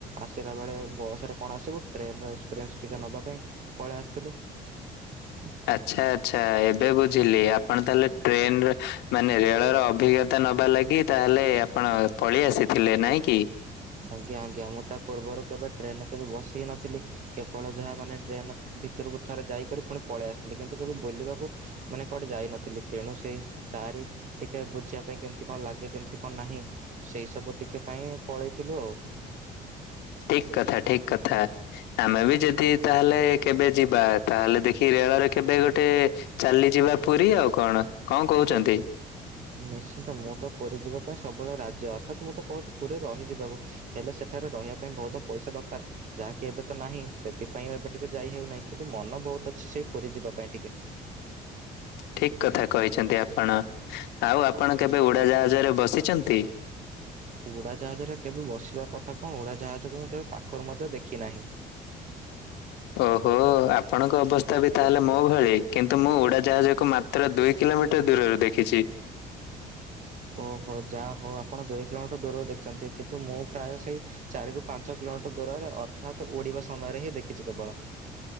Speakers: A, on the right (about 45°); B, on the left (about 85°).
A: ଆସିଲା ବେଳେ ବସରେ କଣ ଆସିବୁ ଟ୍ରେନ୍ ଏକ୍ସପିରିଏନ୍ସ ଟିକଏ ନେବା ପାଇଁ ପଳେଇ ଆସିଥିଲୁ। <inaudible>
B: ଆଚ୍ଛା ଆଚ୍ଛା ଏବେ ବୁଝିଲି ଆପଣ ତାହେଲେ ଟ୍ରେନ ମାନେ ରେଳ ର ଅଭିଜ୍ଞତା ନବା ଲାଗି ତାହେଲେ ଆପଣ ପଳେଇ ଆସିଥିଲେ ନାଇଁ କି।
A: ଆଜ୍ଞା ଆଜ୍ଞା ମୁଁ ତା ପୂର୍ବରୁ କେବେ ଟ୍ରେନରେ କେବେ ବସି ନଥିଲି। କେବଳ ଯାହା ମାନେ ଟ୍ରେନ ଭିତରକୁ ଥରେ ଯାଇକରି ପୁଣି ପଳେଇ ଆସିଥିଲେ କିନ୍ତୁ କେବେ ବୁଲିବାକୁ ମାନେ କୁଆଡେ ଯାଇନଥିଲି ତେଣୁ ସେଇସ ତାରି ଟିକେ ବୁଝିବା ପାଇଁ କେମିତି କଣ ଲାଗେ କେମିତି କଣ ନାହିଁ ସେଇ ସବୁ ଟିକେ ପାଇଁ ପଳେଇଥିଲୁ ଆଉ।
B: ଠିକ କଥା ଠିକ କଥା। ଆମେ ବି ଯଦି ତାହେଲେ କେବେ ଯିବା ତାହେଲେ ଦେଖି ରେଳରେ କେବେ ଗୋଟେ ଚାଲିଯିବା ପୁରୀ ଆଉ କଣ କଣ କହୁଛନ୍ତି।
A: ନିଶ୍ଚିନ୍ତ ମୁଁ ତ ପୁରୀ ଯିବା ପାଇଁ ସବୁବେଳେ ରାଜ୍ୟ ଅର୍ଥାତ ମୁଁ ତ କହୁଛି ପୁରୀ ରହିଯିବାକୁ। ହେଲେ ସେଠାରେ ରହିବା ପାଇଁ ବହୁତ ପଇସା ଦରକାର। ଯାହାକି ଏବେ ତ ନାହିଁ ସେଥିପାଇଁ ଏବେ ଟିକେ ଯାଇ ହେଉନାହିଁ କିନ୍ତୁ ମନ ବହୁତ ଅଛି ସେ ପୁରୀ ଯିବା ପାଇଁ ଟିକେ।
B: ଠିକ କଥା କହିଛନ୍ତି ଆପଣ ଆଉ ଆପଣ କେବେ ଉଡ଼ାଜାହାଜରେ ବସିଛନ୍ତି।
A: ଉଡ଼ାଜାହାଜରେ କେବେ ବସିବା କଥା କଣ ଉଡ଼ାଜାହାଜକୁ ମୁଁ କେବେ ପାଖରୁ ମଧ୍ୟ ଦେଖି ନାହିଁ।
B: ଓହୋ ଆପଣଙ୍କ ଅବସ୍ଥା ବି ତାହେଲେ ମୋ ଭଳି କିନ୍ତୁ ମୁଁ ଉଡାଜାହାଜ କୁ ମାତ ତୋର ଦୁଇ କିଲୋମିଟର ଦୂରରୁ ଦେଖିଚି।
A: ଓହୋ ଯାହୋଉ ଆପଣ ଦୁଇ କିଲୋମିଟର ଦୂରରୁ ଦେଖିଚନ୍ତି କିନ୍ତୁ ମୁଁ ପ୍ରାୟ ସେଇ ଚାରିରୁ ପାଞ୍ଚ କିଲୋମିଟର ଦୂରରେ ଅର୍ଥାତ ଉଡିବା ସମୟରେ ହିଁ ଦେଖିଚି କେବଳ।